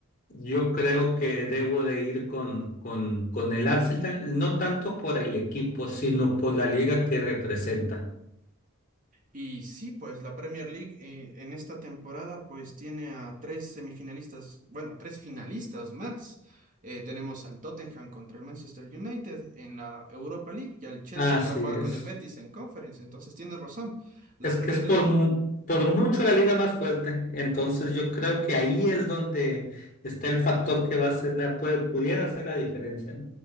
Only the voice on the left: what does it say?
yo creo que debo de ir con, con, con el Arsenal, no tanto por el equipo, sino por la liga que representa.
Así
es.
Es
que es por,
mu- por mucho la liga más fuerte. Entonces yo creo que ahí es donde está el factor que va a ser la, puede, pudiera hacer la diferencia.